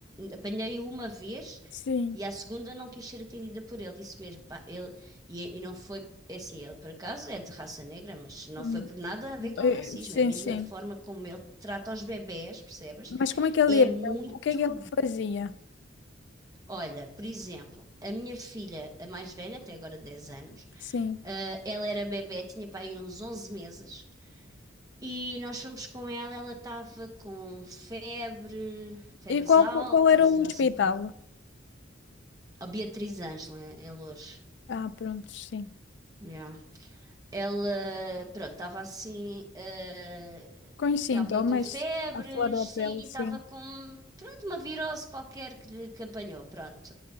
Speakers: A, on the right; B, on the left.
A: apanhei uma vez
B: sim.
A: e à segunda não quis ser atendida por ele, disse mesmo. Pá, ele, e, e não foi, é assim, ele por acaso é de raça negra, mas não
B: Hum,
A: foi por nada a ver com racismo,
B: eh, Sim,
A: é mesmo
B: sim.
A: a forma como ele trata os bebés, percebes?
B: Mas como é que ele
A: É
B: era?
A: muito.
B: O que é que ele fazia?
A: Olha, por exemplo, a minha filha, a mais velha, tem agora 10 anos,
B: Sim.
A: ah, ela era bebé, tinha para aí uns 11 meses, e nós fomos com ela, ela estava com febre, febres
B: E qual,
A: altas
B: fo- qual era o
A: e não
B: hospital?
A: sei o quê. A Beatriz Ângela, em Loures.
B: Ah, pronto, sim.
A: Yeah. Ela, pronto, estava assim, ah,
B: Com os
A: Estava
B: sintomas,
A: com febres,
B: a flor da pele,
A: sim, estava
B: sim.
A: com, pronto, uma virose qualquer que, lhe- que apanhou, pronto.